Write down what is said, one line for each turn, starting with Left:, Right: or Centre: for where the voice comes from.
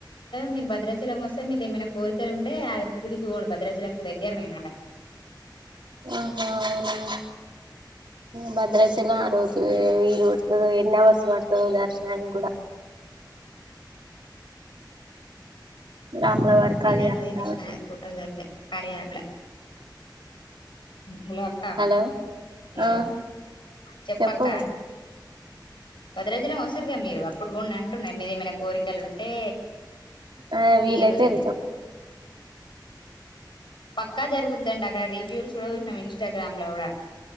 Left: మీరు భద్రాచలం వస్తే మీరు ఏమైనా కోరికలు ఉంటే ఆ గుడికి పోడు భద్రాచలంకి దగ్గర నేనాయె <inaudible>
Right: ఆహా అవునా
Left: <inaudible>
Right: భద్రాచలం ఆ రోజు వీలు ఎన్నివర్స్ పడుతదో దర్శనానికి కూడా రాముల వారి కళ్యాణం
Left: ఇదే మరే మె
Right: కాబట్టి
Left: స్టాండ్.. <unintelligible> కార్య అప్ లా హలో అక్క
Right: హలో
Left: హలో
Right: ఆ
Left: చెప్పక్క
Right: చెప్పు
Left: భద్రాచలం వస్తరుగా మీరు అప్పుడు బొండి అంటున్నారు మీద ఏమైనా కోరికలు ఉంటే
Right: ఆ
Left: తీరదది
Right: వీలైతే వెళ్తాం
Left: పక్కా జరుగుద్దంట అక రివ్యూల్స్ కూడా చూసినం ఇన్స్టాగ్రామ్ లో కూడా